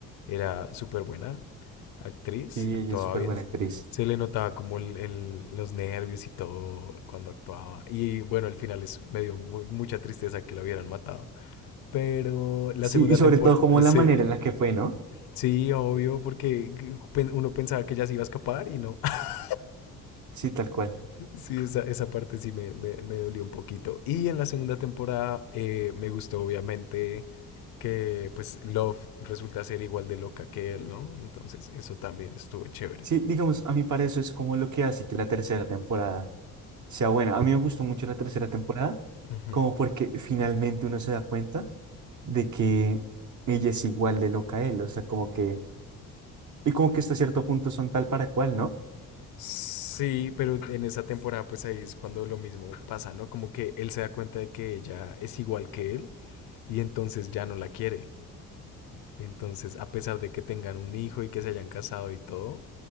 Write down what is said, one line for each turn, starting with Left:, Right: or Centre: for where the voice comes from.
Left: era súper buena actriz,
Right: Y
Left: actuaba
Right: ella es súper
Left: bien,
Right: buena actriz.
Left: se le notaba como el- el- los nervios y todo cuando actuaba. Y bueno, al final es, me dio mu- mucha tristeza que lo hubieran matado. Pero la
Right: Sí,
Left: segunda
Right: y sobre
Left: temporada,
Right: todo como la
Left: sí,
Right: manera en la que fue, ¿no?
Left: sí, obvio, porque pen- uno pensaba que ya se iba a escapar y no. <laughs>
Right: Sí, tal cual.
Left: Sí, esa, esa parte sí me, me, me dolió un poquito. Y en la segunda temporada eh, me gustó obviamente que pues Love resulta ser igual de loca que él, ¿no? Entonces eso también estuvo chévere.
Right: Sí, digamos, a mí para eso es como lo que hace que la tercera temporada sea buena. A mí me gustó mucho la tercera temporada,
Left: Ujú.
Right: como porque finalmente uno se da cuenta de que ella es igual de loca a él, o sea, como que, y como que hasta cierto punto son tal para cual, ¿no?
Left: Sí, pero en esa temporada pues ahí es cuando lo mismo pasa, ¿no? Como que él se da cuenta de que ella es igual que él y entonces ya no la quiere. Entonces, a pesar de que tengan un hijo y que se hayan casado y todo,